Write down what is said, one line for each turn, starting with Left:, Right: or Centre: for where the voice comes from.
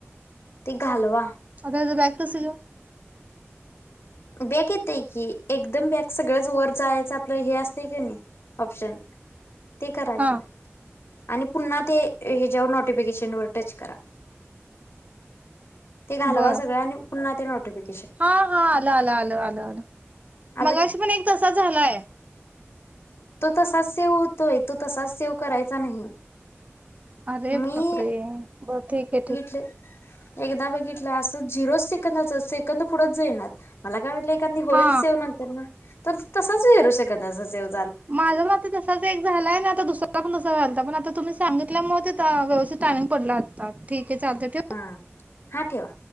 Left: ते घालवा.
Right: आता हेच बॅक कसं घेऊ?
Left: बॅक येते की, एकदम बॅक सगळंच वर जायचं आपलं हे असतंय कनी ऑप्शन ते करा
Right: हा
Left: कि. आणि पुन्हा ते, ह्याच्यावर नोटिफिकेशन वर टच करा. ते घालवा
Right: बर
Left: सगळं, आणि पुन्हा ते नोटिफिके
Right: हा, हा आलं, आलं, आलं, आलं, आलं
Left: आलं
Right: मगाशी
Left: काय
Right: पण एक तसा झालाय.
Left: तो तसाच सेव होतोय, तो तसाच सेव करायचा नाही.
Right: अरे बापरे,
Left: मी
Right: ब ठीक हाय, ठीक हाय.
Left: <unintelligible> एकदा बघितलं असं, झिरो सेकंद, सेकंद पुढेच जाईनात. मला काय वाटलं, एखादी होईल
Right: हा
Left: सेव नंतरन, तर तसाच झेरो सेकंद सेव्ह
Right: माझं मक तसाच एक झालाय न, आता दुसरा पण तसा व्हालता, पण आता तुम्ही सांगितल्यामुळे ते त्या व्यवस्थित टाईमिंग पडला आता. बरं ठीक हे चालतंय ठेऊ.
Left: हा, हा ठेवा.